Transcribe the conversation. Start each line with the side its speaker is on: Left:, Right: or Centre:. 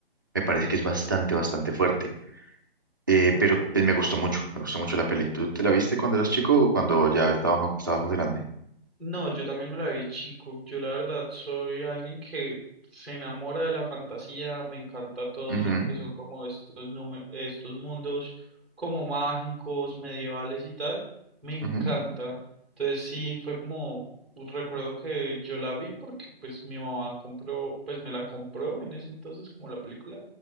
Right: me parece que es bastante, bastante fuerte. Eh,
Centre: No,
Right: pero pues, me gustó mucho, me gustó mucho la peli. ¿Tú te la viste cuando eras chico o cuando ya estabas, estabas más grande?
Centre: no, yo también me la vi chico. Yo la verdad soy alguien que se enamora de la fantasía, me encanta todo
Right: Ujú,
Centre: lo que son como estos, nume- estos mundos como mágicos, medievales y tal, me encanta.
Right: ujú,
Centre: Entonces sí, fue como, recuerdo que yo la vi porque pues mi mamá compró, pues me la compró en ese entonces como la película